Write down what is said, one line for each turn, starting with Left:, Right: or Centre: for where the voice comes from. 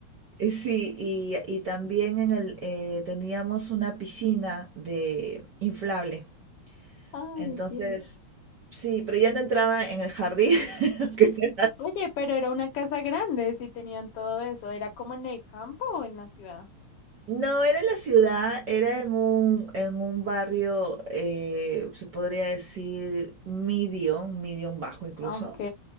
Right: Eh, sí, y y también en el eh, teníamos una piscina de inflable.
Left: Ay,
Right: Entonces,
Left: Dios.
Right: sí, pero ya no entraba en el jardín. <laughs> aunque sea.
Left: Oye, pero era una casa grande, si tenían todo eso, ¿era como en el campo o en la ciudad?
Right: No, era en la ciudad, era en un, en un barrio, eh, se podría decir medium, medium bajo incluso,
Left: Ok,